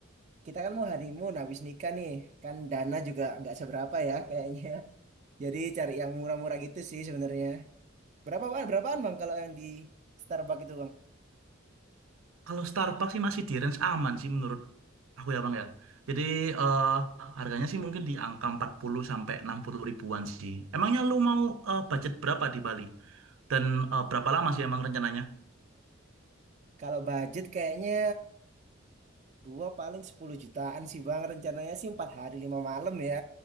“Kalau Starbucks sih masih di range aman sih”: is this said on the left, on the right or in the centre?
Right